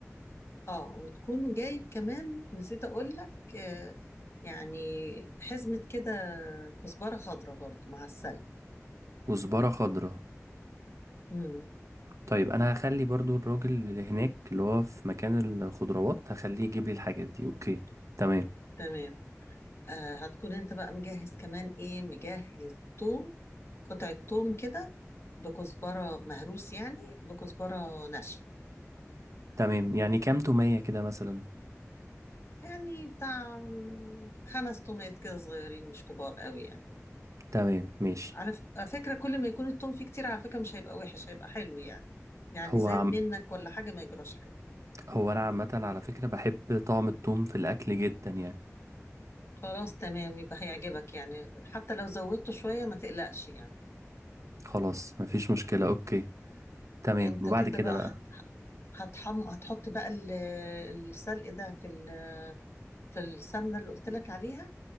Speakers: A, on the left (about 55°); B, on the right (about 70°).
A: اه وتكون جايب كمان نسيت اقول لك آه، يعني حزمة كده كزبرة خضراء برضو مع السلق
B: كزبره خضراء
A: امم
B: طيب انا هخلي برضو الراجل اللي هناك اللي هو في مكان الخضروات هخليه يجيب لي الحاجات دي اوكي تمام
A: تمام آه هتكون انت بقى مجهز كمان ايه مجهز توم قطعة توم كده بكزبرة مهروس يعني بكزبرة ناشفة
B: تمام يعني كام تومية كده مثلا
A: يعني بتاع خمس تومات كده صغيرين مش كبار قوي يعني
B: تمام ماشي
A: على ف- على فكرة كل ما يكون التوم فيه كتير على فكرة مش هيبقى وحش هيبقى حلو يعني يعني
B: هو
A: زاد
B: عم
A: منك ولا حاجة ما يجراش حاجة
B: هو انا عامه على فكره بحب طعم التوم في الاكل جدا يعني
A: خلاص تمام يبقى هيعجبك يعني حتى لو زودته شوية ما تقلقش يعني
B: خلاص مفيش مشكله اوكي تمام
A: انت
B: وبعد
A: كده
B: كده
A: بقى
B: بقى
A: هت... هتحم... هتحط بقى ال- السلق ده في ال... في السمنة اللي قلت لك عليها